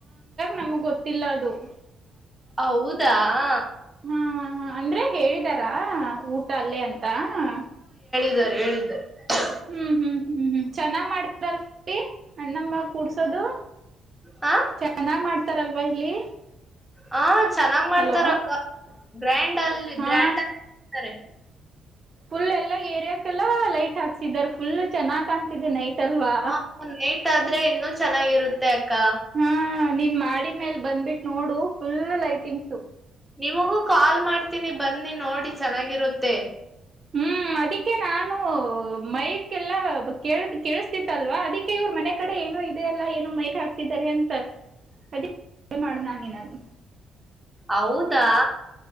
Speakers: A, on the right; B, in the centre.
A: ನಮ್ಗ್, ಗೊತ್ತಿಲ್ಲ ಅದು? <inaudible>
B: ಹೌದಾ ಹ
A: ಹಾ ಹಾ ಅಂದ್ರೆ! ಹೇಳಿದಾರಾ, ಊಟ ಅಲ್ಲೇ ಅಂತ? <inaudible> ಹಾ
B: ಇದಾರೆ, ಹೇಳಿದ್ದಾರೆ? <inaudible>
A: ಹ್ಮ್, ಹ್ಮ್, ಹ್ಮ್, ಹ್ಮ್! ಚೆನ್ನ?.. <inaudible> ಮಾಡ್ತ ಅಣಮ್ಮ ಕುಡ್ಸೋದು
B: ಹ
A: ಚನ್ನಾಗ್ ಮಾಡ್ತ ಇತಾರಲ್ವಾ ಇಲ್ಲಿ
B: ಹ, ಚೆನ್ನಾಗ್ ಮಾಡ್ತಾರ!
A: ಹಲೋ
B: ಅಕ್ಕ ಗ್ರ್ಯಾಂಡ್, ಅಲ್ಲಿ
A: ಹಾ
B: ಗ್ರ್ಯಾಂಡ್? <unintelligible> ಹ್ಮ? <inaudible>
A: ಫುಲ್ ಎಲ್ಲ ಏರಿಯಾಕ್ೆಲ್ಲಾ ಲೈಟ್ ಹಾಕ್ಸಿದ್ದಾರೆ ಫುಲ್ ಚೆನ್ನಾಗಿ ಕಾಣತಿದೆ ನೈಟ್ ಅಲ್ವಾ
B: ಹ, ಲೇಟ್ ಆಗುತ್ತೆ?. <inaudible> ಇನ್ನುೂ ಚೆನ್ನಾಗಿರುತ್ತೆ ಕಾ
A: ಹಾ ನೀನ್ ಮಾಡಿ ಮೇಲ್ ಬಂದಬಿಟ್ಟು ನೋಡು ಫುಲ್ ಲೈಟಿಂಗ್ಸು
B: ನಿಮಗೂ, ಕಾಲ್ ಮಾಡ್ತೀನಿ! ಬನ್ನಿ ನೋಡಿ ಚೆನ್ನಾಗಿರುತ್ತೆ?. <unintelligible>
A: ಹ್ಮ್! ಅದಕ್ಕೆ ನಾನು ಮೈಕ್ಲ್ಲಾ, ಕೇಳು ಕೇಳಸ್ತಿತ್ತಲ್ವಾ, ಅದಿಕ್ಕೆ ಇವ್ರ ಮನೆ ಕಡೆ ಏನು ಇದೆ ಅಲ್ಲಾ ಏನು ಮೈಕ್ ಹಾಕ್? <unintelligible> ಾರೆ ಎಂತ ಅದ ಮಾಡ ನಂಗ ನಗೆ
B: ಹೌದಾ